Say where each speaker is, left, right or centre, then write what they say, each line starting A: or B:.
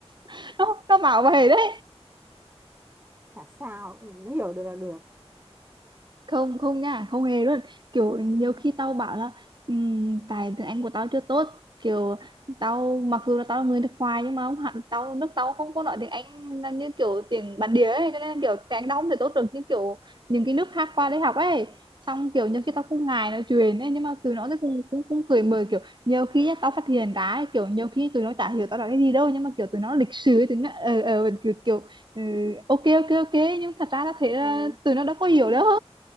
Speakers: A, on the right; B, on the right.
A: <laughs> nó, nó bảo vậy đấy
B: chả sao cũng <laughs> hiểu được là được
A: không không nha không hề luôn kiểu nhiều khi tao bảo là "Ừm, tại tiếng Anh của tao chưa tốt kiểu tao mặc dù là tao là người nước ngoài nhưng mà không hẳn tao nước tao không có nói tiếng Anh là như kiểu tiếng bản địa ấy cho nên là kiểu tiếng Anh tao không thể tốt được như kiểu những cái nước khác qua đây học ấy xong kiểu nhiều khi tao cũng ngại nói chuyện ấy nhưng mà tụi nó thì cũng cũng cũng cười mời kiểu nhiều khi nhá, tao phát hiện ra ấy, kiểu nhiều khi tụi nó chả hiểu tao nói cái gì đâu nhưng mà kiểu tụi nó lịch sự ấy, tụi nó ờ ờ kiểu, kiểu ừ, ok ok ok nhưng thật ra tao thấy là
B: ừ.
A: tụi nó đâu có
B: thế
A: hiểu
B: thì
A: đâu
B: mẹ